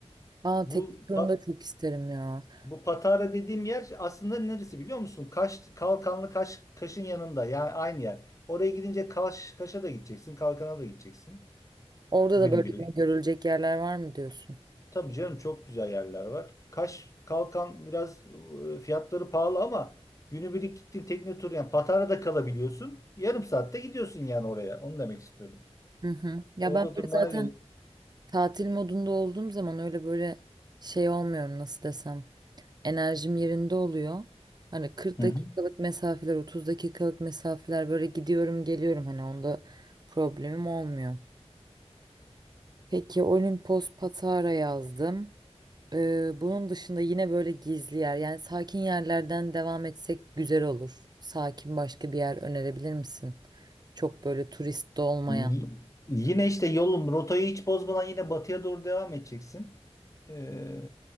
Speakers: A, on the right; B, on the left.
A: Aa
B: Bu
A: tekne turunu da çok isterim ya.
B: Bu Patara dediğim yer aslında neresi biliyor musun? Kaş, Kalkanlı Kaş, Kaş'ın yanında yani aynı yer. Oraya gidince Kaş, Kaş'a da gideceksin, Kalkan'a da gideceksin
A: Orada
B: günübirlik.
A: da böyle yine görülecek yerler var mı diyorsun?
B: Tabii canım çok güzel yerler var. Kaş, Kalkan biraz e, fiyatları pahalı ama günübirlik gittin tekne turu yani Patara'da kalabiliyorsun. Yarım saatte gidiyorsun yani oraya. Onu demek istiyorum.
A: Hı hı. Ya
B: Orada
A: ben
B: durmana
A: böyle zaten
B: gerek.
A: tatil modunda olduğum zaman öyle böyle şey olmuyorum nasıl desem. enerjim yerinde oluyor. Hani 40
B: Hı
A: dakikalık
B: hı.
A: mesafeler, 30 dakikalık mesafeler böyle gidiyorum geliyorum hani onda problemim olmuyor. Peki Olimpos Patara yazdım. Ee, bunun dışında yine böyle gizli yer yani sakin yerlerden devam etsek güzel olur. Sakin başka bir yer önerebilir misin? Çok böyle turist de olmayan.
B: Y- Yine işte yolun rotayı hiç bozmadan yine batıya doğru devam edeceksin. Ee,